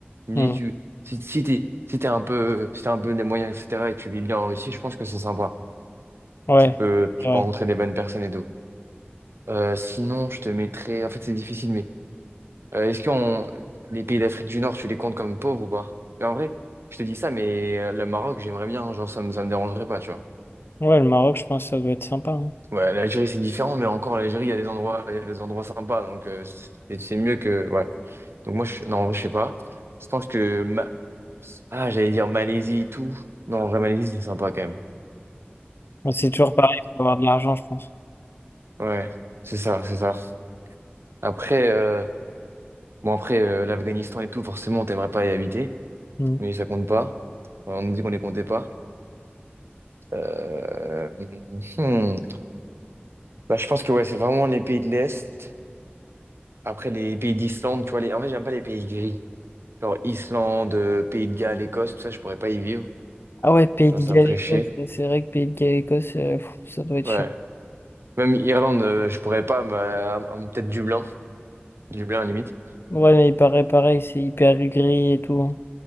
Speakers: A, on the right (about 75°); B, on the left (about 65°).
A: Tu me
B: Mhm.
A: dis tu si, si t'es si t'es un peu si t'as un peu les moyens etc et que tu vis bien en Russie je pense que c'est sympa.
B: Ouais.
A: Tu peux tu
B: Ouais.
A: peux rencontrer des bonnes personnes et tout. Euh, sinon, je te mettrais. En fait, c'est difficile, mais euh, est-ce que on- les pays d'Afrique du Nord, tu les comptes comme pauvres ou pas? Mais en vrai, je te dis ça, mais euh, le Maroc, j'aimerais bien, genre, ça me, ça me dérangerait pas, tu vois.
B: Ouais, le Maroc, je pense que ça doit être sympa. hein.
A: Ouais, l'Algérie, c'est différent, mais encore, l'Algérie, il y a des endroits, il y a des endroits sympas, donc euh, c'est c'est mieux que. Ouais. Donc, moi, je... non, en vrai, je sais pas. Je pense que. Ma- Ah, j'allais dire Malaisie et tout. Non, en vrai, Malaisie, c'est sympa quand même.
B: Mais C'est toujours pareil, il faut avoir de l'argent, je pense.
A: Ouais, c'est ça, c'est ça. Après, euh, bon, après, euh, l'Afghanistan et tout, forcément, t'aimerais pas y habiter,
B: Mhm.
A: mais ça compte pas. On nous dit qu'on les comptait pas. Euh, hmm. Bah, je pense que ouais, c'est vraiment les pays de l'Est. Après, les pays d'Islande, tu vois, les... en fait, j'aime pas les pays gris. Genre Islande, euh, Pays de Galles, Écosse, tout ça, je pourrais pas y vivre.
B: Ah ouais, Pays
A: Genre,
B: de Galles,
A: ça me ferait
B: Écosse,
A: chier.
B: ouais, c'est vrai que Pays de Galles, Écosse, euh, pff, ça doit être
A: Ouais.
B: chiant.
A: Même Irlande, euh, je pourrais pas, bah, à- à- peut-être Dublin. Dublin, à la limite.
B: Ouais, mais il paraît pareil, c'est hyper gris et tout. hein.